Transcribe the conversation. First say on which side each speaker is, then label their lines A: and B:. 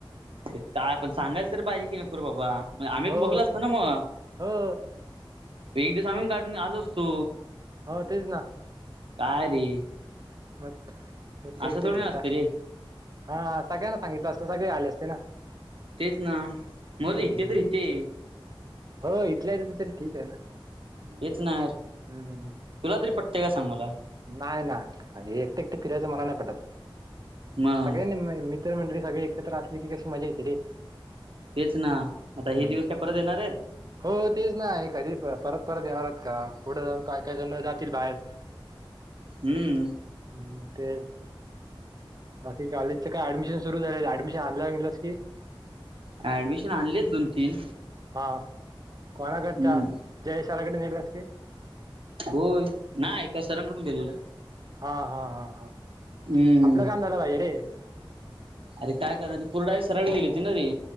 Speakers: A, on the right; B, on the right.
A: ते काय पण सांगायल तर पाहिजे की नको रे बाबा आम्ही
B: हो
A: पण बघला असतो ना म.
B: हो
A: एक दिवस आम्ही काढून आलो असतो.
B: हो तेच ना.
A: काय रे
B: मत ऐकटे
A: असं
B: इथे
A: थोडी ना
B: फिरता.
A: असतं रे
B: हा सगळ्यांना सांगितल असतं सगळे आले असते ना.
A: तेच ना
B: हम्म,
A: मरू इथे
B: हम्म.
A: तर इथे.
B: हो इथल्यायेत तर चल ठीक आहे ना.
A: तेच नार
B: हम्म, हम्म.
A: तुला तरी पटतेंय का सांग मला?
B: नाही ना एकटे एकटे फिरायचं मला नाही पटत
A: मग
B: सगळ्यांनी मी मी तर मंडळी सगळे एकत्र असले की कशी मजा येते रे.
A: तेच ना
B: हम्म.
A: आता हे दिवस काय परत येणार आहेत?
B: हो तेच नाही आहे कधी परत परत येणार आहेत का पुढे जाऊन का काय जण जातील बाहेर.
A: हम्म.
B: हम्म ते बाकी कॉलेजचे काय ऍडमिशन सुरू झालेले ऍडमिशन आणलं विणलस की
A: ॲडमिशन आणली आहेत दोन तीन
B: हा कोणाकडचा,
A: हम्म
B: जयशलाकडे नेलस की?
A: होय नाय काय सरांकडून देलेला.
B: हा हा हा हा,
A: हम्म
B: आपलं काम झालं पाहिजे रे.
A: अरे काय करणार ती पुरडा आहे सरळी गेली होती ना ती.